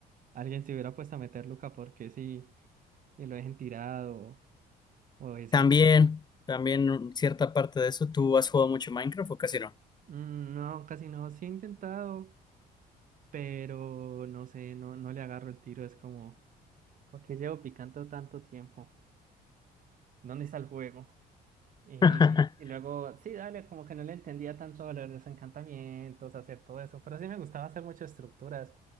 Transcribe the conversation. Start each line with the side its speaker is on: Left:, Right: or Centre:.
Right: alguien se hubiera puesto a meter Luca porque sí y lo dejen tirado o eso.
Left: También, también cierta parte de eso, ¿tú has jugado mucho Minecraft o casi no?
Right: Mm, No, casi no. Sí he intentado, pero no sé, no, no le agarro el tiro. Es como, ¿por qué llevo picando tanto tiempo? ¿Dónde está el juego? Y,
Left: <laughs>
Right: y luego, sí, dale, como que no le entendía tanto a lo de los encantamientos, hacer todo eso. Pero sí me gustaba hacer muchas estructuras.